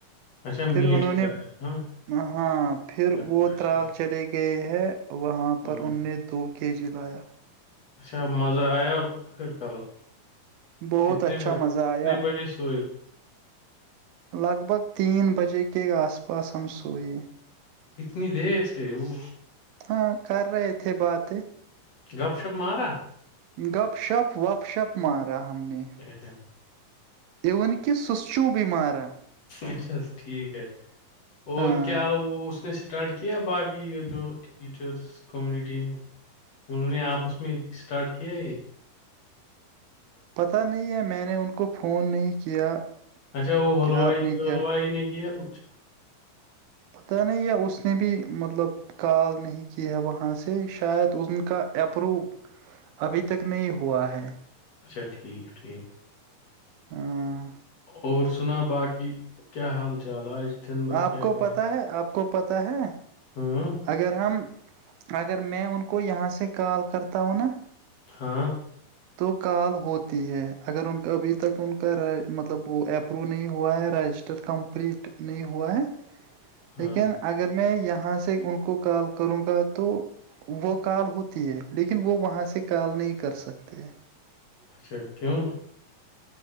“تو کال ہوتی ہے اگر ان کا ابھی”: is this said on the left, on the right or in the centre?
Right